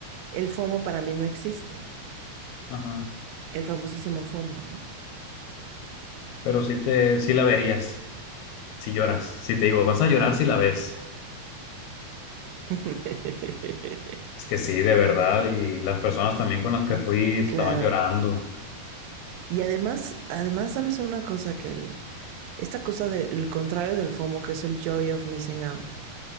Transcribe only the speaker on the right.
El FOMO para mí no existe.
El famosísimo FOMO, ¿no?
<laughs>
Claro.
Y además, además, ¿sabes una cosa? Que el, esta cosa del contrario del FOMO, que es el joy of missing out,